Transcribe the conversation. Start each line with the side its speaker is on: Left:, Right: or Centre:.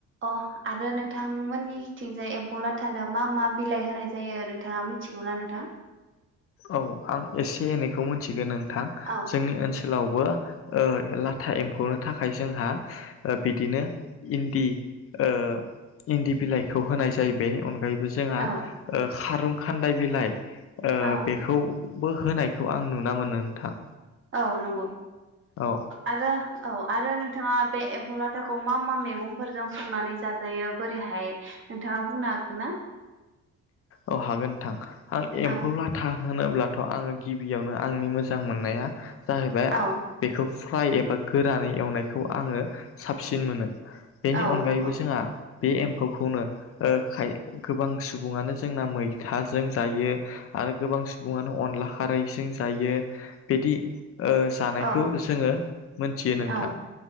Right: अ आरो नोंथांमोननिथिंजाय एम्फौ लाथानो मा मा बिलाइ होनाय जायो नोंथाङा मिथिगौना नोंथां?
Left: औ आं एसे एनैखौ मिथिगोन नोंथां
Right: औ
Left: जोंनि ओनसोलाव बो ओ लाथा एम्फौनो थाखाय जोंहा बिदिनो इन्दि ओ इन्दि बिलाइखौ होनाय जायो बेनि अन गायैबो जोंहा
Right: औ
Left: ओ खारुं खान्दाय बिलाइ ओ
Right: औ
Left: बेखौबो होनाय खौ आं नुना मोनो नोंथां।
Right: औ नंगौ ओ
Left: औ
Right: आरो औ आरो नोंथाङा बे एम्फौ लाथाखौ मा मा मैगंफोरजों संनानै जाजायो बोरैहाय नोंथाङा बुंनो हागोन ना?
Left: औ हागोन नोंथां आं एम्फौ
Right: औ
Left: लाथा होनोब्लाथ' आङो गिबियावनो आंनि मोजां मोननाया जाहैबाय
Right: औ
Left: बेखौ फ्राय एबा गोरानै एवनायखौ आङो साबसिन मोनो। बेनि
Right: औ
Left: अनगायैबो
Right: नंगौ
Left: जोंहा बे एम्फौखौनो ओ खाय गोबां सुबुङानो जोंना मैथाजों जायो आरो गोबां सुबुङानो अनला खारैजों जायो बिदि ओ जानायखौ
Right: औ
Left: जोङो मोनथियो नोंथां
Right: औ